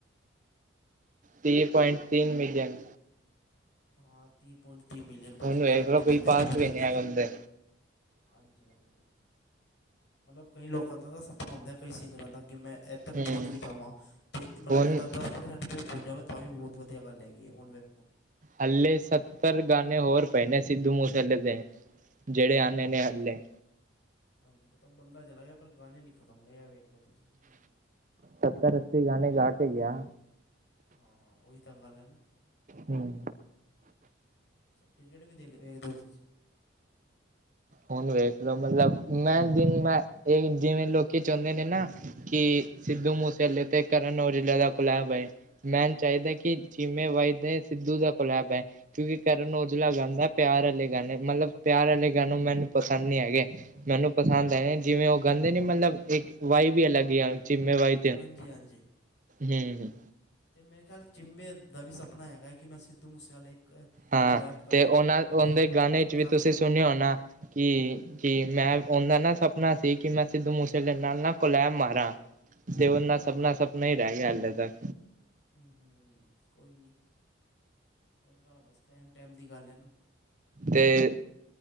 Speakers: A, on the right; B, on the left.
A: ਤੀ ਪੁਆਇੰਟ ਤਿੰਨ ਮਿਲਅਨ।
B: ਹਾਂ ਤੀਹ ਪੁਆਇੰਟ ਤੀਹ ਮਿਲੀਅਨ ਭਾ
A: ਹੁਣ
B: ਜੀ
A: ਵੇਖ
B: ਘਾਟ
A: ਲੋ
B: ਨੀ
A: ਕੋਈ
B: ਪੈਂਦੇ
A: ਪਾਸ
B: ਬਹੁਤ
A: ਵੀ
B: ਪੈਂਦੇ
A: ਨੀ ਹੈਗਾ
B: ਨੇ।
A: ਉਹਦੇ
B: ਹਾਂਜੀ-ਹਾਂਜੀ। ਮਤਲਬ ਕਈ ਲੋਕਾਂ ਦਾ ਤਾਂ ਸਪਨਾ ਹੁੰਦਾ ਕਈ ਸਿੰਗਰਾਂ ਦਾ ਕਿ ਮੈਂ ਤੱਕ
A: ਹੂੰ
B: ਪਹੁੰਚ ਵੀ ਜਾਵਾਂ ਅਤੇ ਮਤਲਬ
A: ਹੁਣ
B: ਇੱਦਾਂ ਦਾੱਸ <unintelligible> ਪੋਚ ਜਾਵੇ ਤਾਂ ਵੀ ਬਹੁਤ ਵਧੀਆ ਗੱਲ ਹੈਗੀ ਹੈ ਹੁਣ ਵੇਖੋ
A: ਹਾਲੇ ਸੱਤਰ ਗਾਣੇ ਹੋਰ ਪਏ ਨੇ, ਸਿੱਂਧੂ ਮੂਸੇ ਆਲੇ ਦੇ, ਜਿਹੜੇ
B: ਹੂੰ
A: ਆਨੇ
B: ਹੂੰ
A: ਨੇ
B: ਹੂੰ
A: ਹਾਲੇ।
B: ਹਾਂਜੀ ਪਤਾ। ਔਹ ਬੰਦਾ ਚਲਾ ਗਿਆ ਪਰ ਗਾਣੇ ਨਹੀਂ ਖਤਮ ਹੋਏਆ ਵੇਖ ਲਓ ਤੁਸੀਂ।
A: ਸੱਤਰ ਅੱਸੀ ਗਾਣੇ ਗਾ ਕੇ ਗਿਆ।
B: ਹਾਂ ਉਹੀ ਤਾਂ ਗੱਲ ਹੈ ਨਾ।
A: ਹਮ,
B: ਕ੍ਰਿਕਟ ਵੀ ਦੇਖ ਵੇਖਦੇ ਹੋ ਤੁਸੀਂ,
A: ਹੁਣ ਵੇਖਦਾ ਮਤਲਬ ਮੈਂ ਦਿਨ ਮੈਂ ਇਹ ਜਿਵੇਂ ਲੋਕੀ ਚਾਹੁੰਦੇ ਨੇ ਨਾ ਕਿ, ਸਿੱਧੂ ਮੂਸੇਵਾਲੇ ਤੇ ਕਰਨਉਜਲ੍ਹੇ ਦਾ ਕੋਲੇਬ ਐ, ਮੈਨੂੰ ਚਾਹੀਦਾ ਕਿ ਚਿਮੇ ਵਾਈ ਤੇ ਸਿੱਧੂ ਦਾ ਕੋਲੈਬ ਹੈ, ਕਿਉਂਕਿ ਕਰਨ ਔਜਲਾ ਗਾਂਦਾ ਪਿਆਰ ਆਲੇ ਗਾਣੇ ਮਤਲਬ ਪਿਆਰ ਆਲੇ ਗਾਣੋ ਮੈਨੂੰ ਪਸੰਦ ਨਹੀ ਹੈਗੇ, ਮੈਨੂੰ ਪਸੰਦ ਹੈ ਜਿਵੇਂ ਉਹ ਗਾਂਦੇ ਨੇ ਮਤਲਬ ਇੱਕ ਵਾਈਵ ਵੀ ਅਲੱਗ ਹੀ ਆ ਚੀਮੇ ਭਾਈ,
B: ਹਾਂਜੀ, ਹਾਂਜੀ
A: ਹਮ ਹਮ
B: ਅਤੇ ਮੇਰੇ ਖਿਆਲ ਚਿੰਮੇ ਦਾ ਵੀ ਸਪਨਾ ਹੈਗਾ ਹੈ ਕਿ ਮੈਂ ਸਿੱਧੂ ਮੂਸੇਵਾਲੇ ਇੱਕ,
A: ਹਾਂ
B: ਕਲੈਬ ਕਰਾਂ
A: ਤੇ ਉਹਨਾਂ
B: ਕੋਲੈਬ
A: ਉਣਦੇ
B: ਪਰ
A: ਗਾਣੇ
B: ਉਹ
A: ਚ ਵੀ
B: ਚੱਲ
A: ਤੁਸੀਂ
B: ਗਿਆ
A: ਸੁਣਿਓ ਹੋਣਾ ਕਿ ਕੀ, ਮੈਂ ਉਹਦਾ ਨਾ ਸਪਨਾ ਸੀ ਕਿ ਮੈਂ ਸਿੱਧੂ ਮੂਸੇਲੇੇ ਨਾਲ ਨਾ ਕੋਲੈਬ ਮਾਰਾ, ਤੇ ਉਹਨਾ
B: ਹਾਂ
A: ਸਪਨਾ ਸਪਨਾ ਹੀਂ ਰਹਿ ਗਿਆ ਹਾਲੇ ਤੱਕ,
B: ਹਮ ਕੋਈ ਨਹੀਂ ਉਹ ਤਾਂ ਬਸ ਟਾਇਮ ਟਾਇਮ ਦੀ ਗੱਲ ਹੈ ਨਾ,
A: ਤੇ,